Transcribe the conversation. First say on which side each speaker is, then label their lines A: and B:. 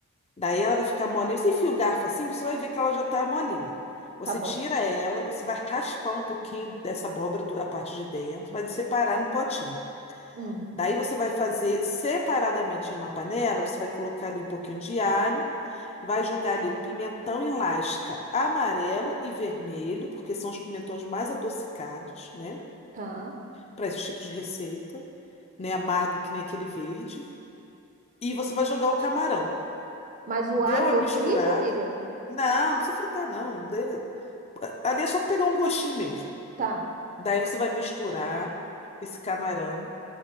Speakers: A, on the left (about 30°); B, on the right (about 35°).
A: Daí ela vai ficar molinha. Você enfia o garfo assim, você vai ver que ela já tá molinha. Você
B: tá bom.
A: tira ela, você vai raspar um pouquinho dessa abóbora do- da parte de dentro, vai separar no potinho.
B: Hum,
A: Daí você vai fazer separadamente em uma panela, você vai colocar ali um pouquinho de alho, vai jogar ali um pimentão em lasca amarelo e vermelho, porque são os pimentões mais adocicados, né?
B: tá.
A: Para esses tipos de receita, né? Amargo que nem aquele verde. E você vai jogar o camarão.
B: Mas o
A: Deu
B: alho
A: a
B: eu
A: misturada.
B: frito, amiga?
A: Não, não precisa fritar, não. Dele- Ali é só pegar um gostinho mesmo.
B: Tá.
A: Daí você vai misturar esse camarão.